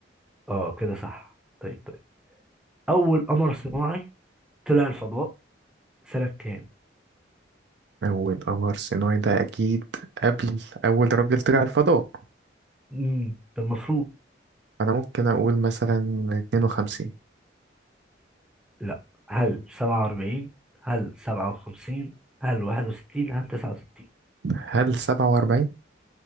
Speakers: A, in the centre; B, on the right.
A: اه كده صح طيب طيب أول قمر صناعي طلع الفضاء سنة كام؟
B: أول قمر صناعي ده أكيد قبل أول راجل طلع الفضاء
A: امم ده المفروض
B: أنا ممكن أقول مثلا اتنين وخمسين
A: لا هل 47 هل 57 هل 61 هل 69
B: هل سبعة وأربعين؟